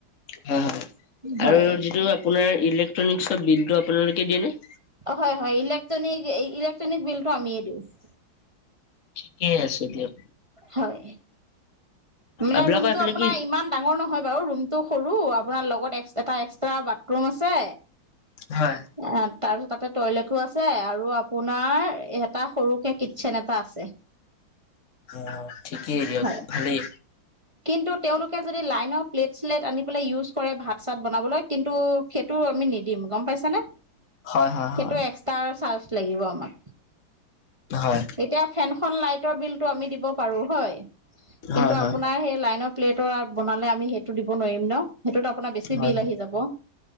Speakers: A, on the left; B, on the right.
A: হয় -হয়
B: হয়।
A: আৰু যিটো আপোনাৰ ইলেক্ট্ৰনিকচৰ বিলটো আপোনালোকে দিয়ে নে?
B: হয় হয় ইলেক্ট্ৰনিক ইলেক্ট্ৰনিক বিলটো আমিয়ে দিওঁছ।
A: ঠিকে আছো দিয়ক।
B: হয়, মানে
A: আপোনালোকৰ
B: ৰুমটো
A: এইফালে
B: আপোনাৰ
A: কি
B: ইমান ডাঙৰ নহয় বাৰু ৰুমটো সৰু আপোনাৰ লগত এটা এক্সট্ৰা বাথৰুম আছে।
A: হয়।
B: আ, তাৰপিছত তাতে টয়লেটো আছে আৰু আপোনাৰ এটা সৰুকে কিটচেন এটা আছে।
A: অ, ঠিকেই দিয়ক
B: হয়।
A: ভালেই।
B: কিন্তু তেওঁলোকে যদি লাইনৰ প্লেট -চিলেট আনি পেলাই ইউজ কৰে ভাত-চাত বনাবলৈ কিন্তু সেইটো আমি নিদিম। গম পাইছানে,
A: হয় হয়
B: সেইটো
A: হয়
B: এক্সটাৰ চাৰ্জ লাগিব আমাক।
A: হয়
B: এতিয়া ফেনখন লাইটৰ বিলতটো আমি দিব পাৰো হয়।
A: হয়
B: কিন্তু
A: হয়
B: আপোনাৰ সেই লাইনৰ প্লেটৰ বনালে আমি সেইটো দিব নোৱাৰিম ন। সেইটোত আপোনাৰ বেছি
A: হয়
B: বিল আহি যাব।